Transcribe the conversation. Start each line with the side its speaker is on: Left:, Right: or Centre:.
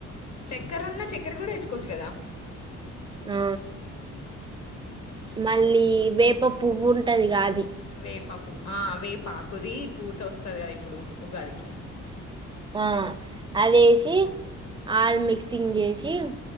Left: చక్కెర ఉన్న చక్కెర కూడా వేసుకోవచ్చు కదా
Right: ఆ మళ్ళీ వేప పువ్వు ఉంటది కాది
Left: వేప పూ ఆ వేప ఆకుది పూత వస్తది కదా ఇప్పుడు ఉగాదికి
Right: ఆ అదేసి ఆల్ మిక్సింగ్ చేసి